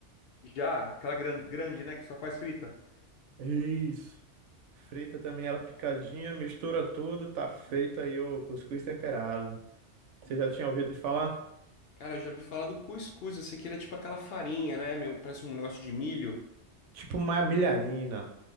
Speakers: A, on the left; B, on the right.
A: Já, aquela gran- grande, né, que só faz frita.
B: Isso. Frita também ela picadinha, mistura tudo, tá feito aí o cuscuz temperado. Você já tinha ouvido falar?
A: Cara, eu já ouvi falar do cuscuz. Eu sei que ele é tipo aquela farinha, né? Meu, parece um negócio de milho,
B: Tipo uma milharina.